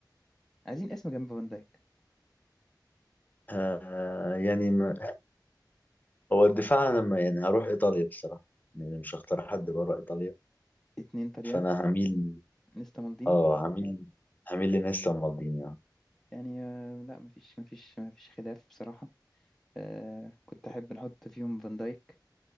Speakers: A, in the centre; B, on the left (about 25°).
A: عايزين اسم جنب فان دايك
B: آه يعني ما... هو الدفاع أنا ما يعني هروح إيطاليا بصراحة يعني مش هختار حد بره إيطاليا
A: اتنين طليان
B: فأنا هميل
A: نيستا مالديني
B: آه هميل هميل لناس مالديني يعني
A: يعني آه، لا مفيش مفيش مفيش خلاف بصراحة آه كنت أحب نحط فيهم فان دايك